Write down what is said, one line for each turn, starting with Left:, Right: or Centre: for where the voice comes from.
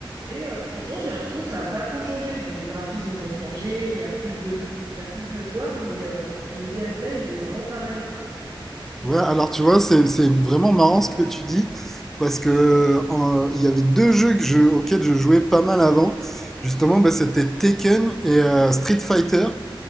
Right: Et euh, franchement, j'ai l'impression que ça a pas trop changé. Bon, les graphismes, ils ont changé, il y a plus de, il y a plus de joueurs, mais euh, le gameplay, il est vraiment pareil.
Centre: Ouais, alors tu vois, c'est c'est vraiment marrant ce que tu dis, parce que en- il y avait deux jeux que je, auxquels je jouais pas mal avant. Justement, bah, c'était Tekken et euh, Street Fighter.